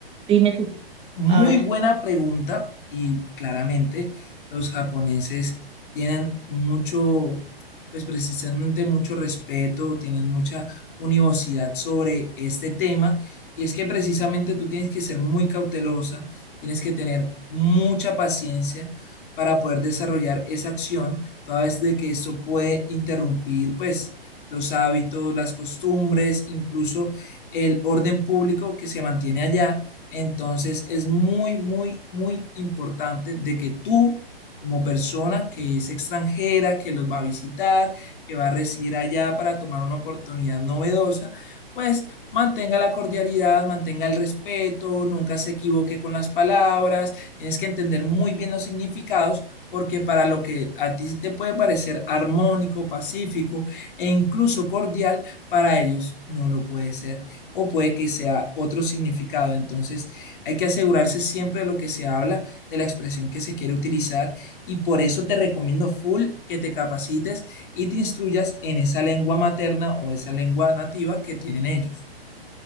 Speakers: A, on the right (about 20°); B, on the left (about 55°).
A: dime tú,
B: Muy
A: a ver.
B: buena pregunta y claramente los japoneses tienen mucho, pues precisamente mucho respeto, tienen mucha univocidad sobre este tema y es que precisamente tú tienes que ser muy cautelosa, tienes que tener mucha paciencia para poder desarrollar esa acción, toda vez de que eso puede interrumpir pues los hábitos, las costumbres, incluso el orden público que se mantiene allá entonces es muy, muy, muy importante de que tú, como persona que es extranjera, que los va a visitar, que va a residir allá para tomar una oportunidad novedosa, pues mantenga la cordialidad, mantenga el respeto, nunca se equivoque con las palabras, tienes que entender muy bien los significados. Porque para lo que a ti te puede parecer armónico, pacífico e incluso cordial, para ellos no lo puede ser o puede que sea otro significado. Entonces, hay que asegurarse siempre de lo que se habla, de la expresión que se quiere utilizar y por eso te recomiendo full que te capacites y te instruyas en esa lengua materna o esa lengua nativa que tienen ellos.